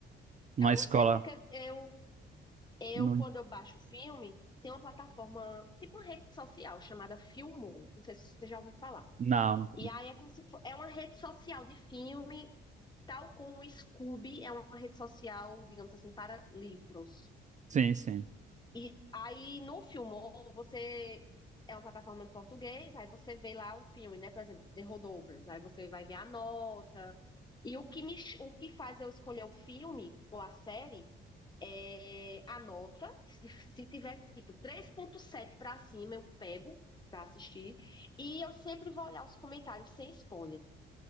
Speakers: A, on the right; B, on the left.
A: Numa
B: Eu
A: escola.
B: não sei porque eu, eu
A: Não,
B: quando eu baixo filme, tem uma plataforma, tipo uma rede social chamada Filmou. Não sei se você já ouviu falar.
A: não, não.
B: E aí é como se fo- é uma rede social de filme, tal como o Scoob é uma rede social, digamos assim, para livros.
A: Sim, sim.
B: E aí no Filmou, você é uma plataforma em português, aí você vê lá o filme, né? Por exemplo, The Holdovers, aí você vai ver a nota. E o que me, ch- o que faz eu escolher o filme ou a série é a nota. Se, se tiver tipo três ponto sete para cima, eu pego para assistir. E eu sempre vou olhar os comentários sem spoiler.